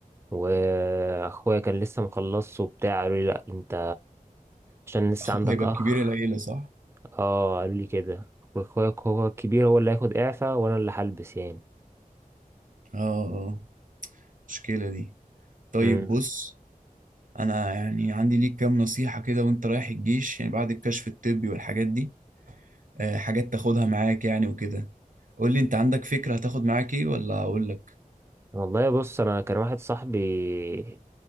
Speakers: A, on the right (about 15°); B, on the right (about 65°).
A: واخويا كان لسه مخلصه وبتاع قالوا لي لا انت عشان لسه
B: اخوك
A: عندك
B: هيبقى
A: اخ
B: كبير العيلة صح
A: اه قالوا لي كده واخويا هو الكبير هو اللي هياخد اعفاء وانا اللي هلبس يعني
B: اه اه مشكلة دي طيب
A: امم
B: بص انا يعني عندي ليك كام نصيحة كده وانت رايح الجيش يعني بعد الكشف الطبي والحاجات دي آه، حاجات تاخدها معاك يعني وكده قول لي انت عندك فكرة هتاخد معاك ايه ولا اقول لك
A: والله بص انا كان واحد صاحبي